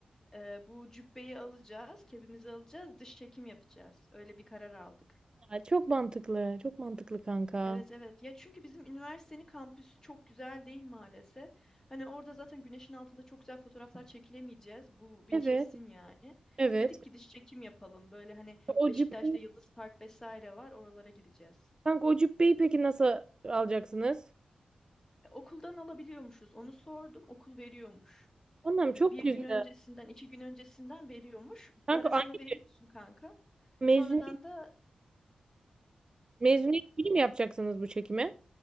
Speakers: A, on the left (about 20°); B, on the right (about 35°).
A: Ee, bu cübbeyi alacağız, kebimizi alacağız, dış çekim yapacağız. Öyle bir karar aldık.
B: ya? Çok mantıklı. Çok mantıklı kanka.
A: Evet evet. Ya çünkü bizim üniversitenin kampüsü çok güzel değil maalesef. Hani orada zaten güneşin altında çok güzel fotoğraflar çekilemeyeceğiz. Bu bir
B: Evet.
A: kesin yani.
B: Evet.
A: Dedik ki dış çekim yapalım. Böyle hani
B: O
A: Beşiktaş'ta
B: cübbeyi,
A: Yıldız Park vesaire var. Oralara gideceğiz.
B: kanka o cübbeyi peki nasıl alacaksınız?
A: E, okuldan alabiliyormuşuz. Onu sordum. Okul veriyormuş.
B: Annem çok
A: E, bir
B: güzel.
A: gün öncesinden, iki gün öncesinden veriyormuş.
B: Kanka
A: Parasını
B: aynı
A: veriyorsun kanka.
B: mezuniyet,
A: Sonradan da
B: mezuniyet günü mü yapacaksınız bu çekimi?